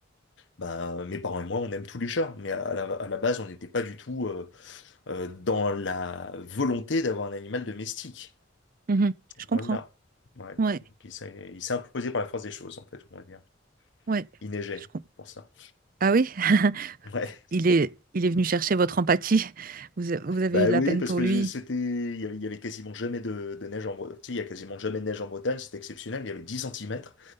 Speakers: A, on the left; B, on the right.
A: bah, mes parents et moi, on aime tous les chats. Mais à, la, à la base, on n'était pas du tout euh, euh, dans la volonté d'avoir un animal domestique.
B: Mhm. Je comprends.
A: Voilà. Ouais.
B: Ouais,
A: Donc, il s'est il s'est imposé par la force des choses, en fait, on va dire.
B: ouais.
A: Il neigeait,
B: Je com-
A: pour ça.
B: Ah oui, <laughs>
A: Ouais.
B: il est, il est venu chercher votre empathie. Vous, a- vous avez
A: Bah
B: eu de
A: oui,
B: la peine
A: parce
B: pour
A: que
B: lui.
A: je- c'était, il y avait, il y avait quasiment jamais de, de neige en Bretagne. il y a quasiment jamais de neige en Bretagne, c'était exceptionnel. Il y avait 10 centimètres